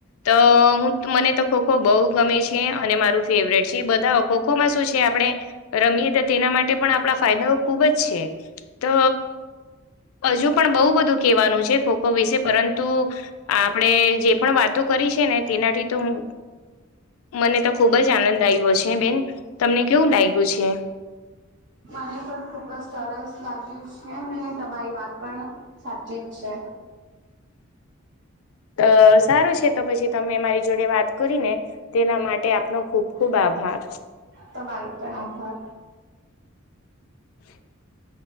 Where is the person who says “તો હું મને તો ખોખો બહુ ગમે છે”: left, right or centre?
Left